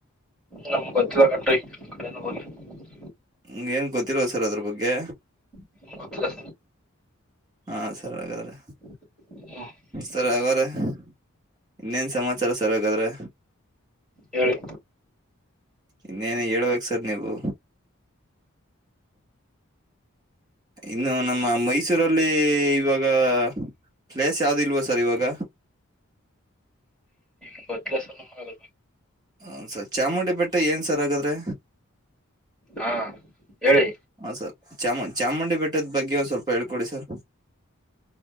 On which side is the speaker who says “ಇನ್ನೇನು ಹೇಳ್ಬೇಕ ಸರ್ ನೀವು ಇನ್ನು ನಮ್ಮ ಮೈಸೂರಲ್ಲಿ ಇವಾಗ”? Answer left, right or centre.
Right